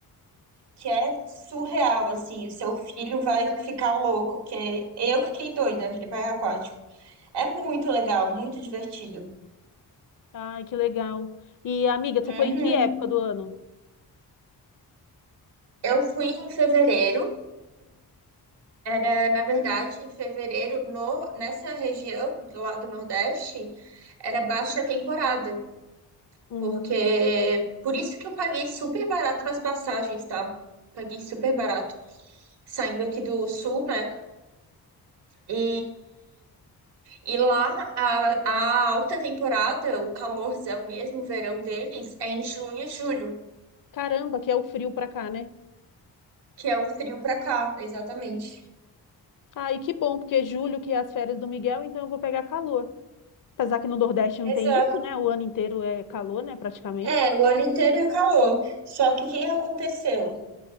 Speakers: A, on the right (about 85°); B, on the left (about 55°).
A: que é surreal, assim. O seu filho vai ficar louco, porque eu fiquei doida naquele parque aquático. É muito legal, muito divertido.
B: Ai, que legal. E, amiga, você foi
A: Uhum.
B: em que época do ano?
A: Eu fui em fevereiro. É, Na verdade, em fevereiro, no, nessa região lá do Nordeste, era baixa temporada,
B: Hum,
A: porque por isso que eu paguei super barato nas passagens, tá? Paguei super barato saindo aqui do Sul, né? E, e lá a, a alta temporada, o calorzão mesmo, o verão deles, é em junho e julho.
B: caramba, que é o frio pra cá, né?
A: Que é o frio pra cá, exatamente.
B: Ai, que bom, porque julho que é as férias do Miguel, então eu vou pegar calor. Apesar que no Nordeste
A: Exato.
B: não tem isso, né? O ano inteiro é calor, né? Praticamente.
A: É, o ano inteiro é calor. Só que o que aconteceu?